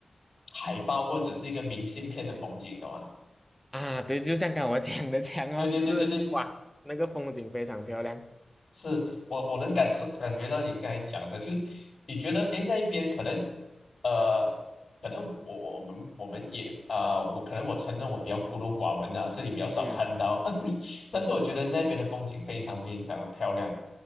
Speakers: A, on the left; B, in the centre.
A: 海报或者是一个明信片的风景，懂吗？
B: 啊，对，就像刚我讲的这样哦，
A: 对对对对对，
B: 就是哇，那个风景非常漂亮。
A: 是我我能感受感觉到你刚才讲的，就是你觉得诶那一边可能呃可能我我们我们也啊、我可能我承认我比较孤陋寡闻啊，这里比较少看到，
B: 嗯，
A: <laughs> 但是我觉得那边的风景非常非常的漂亮，
B: 是